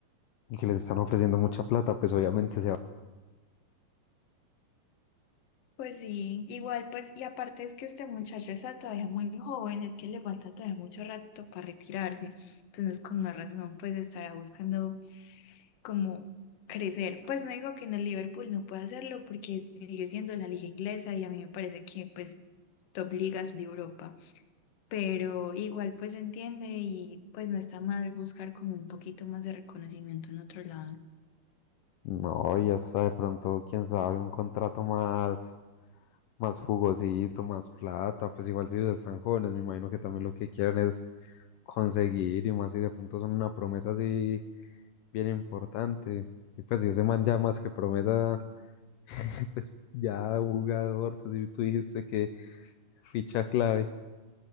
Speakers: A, on the left; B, on the left.
A: y que les están ofreciendo mucha plata, pues obviamente se va.
B: Pues sí, igual pues, y aparte es que este muchacho está todavía muy joven, es que le falta todavía mucho rato para retirarse, entonces con más razón pues estará buscando como crecer. Pues no digo que en el Liverpool no pueda hacerlo porque sigue siendo la liga inglesa y a mí me parece que pues top ligas de Europa, pero igual pues entiende y pues no está mal buscar como un poquito más de reconocimiento en otro lado.
A: No, y hasta de pronto, quién sabe, un contrato más, más jugosito, más plata, pues igual si ellos están jóvenes, me imagino que también lo que quieren es conseguir y más si de pronto son una promesa así bien importante. Y pues si ese man ya más que promesa, <laughs> pues ya jugador, pues si tú dijiste que ficha clave.